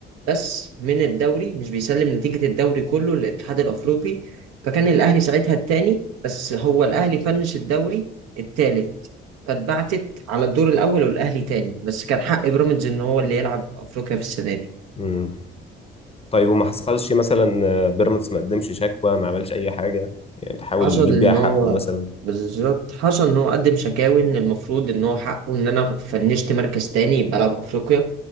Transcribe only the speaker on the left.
مم. طيب وما حصلش مثلا آه، بيراميدز ما قدمش شكوى ما عملش اي حاجه يعني تحاول
يجيب
بيها حقه
مثلا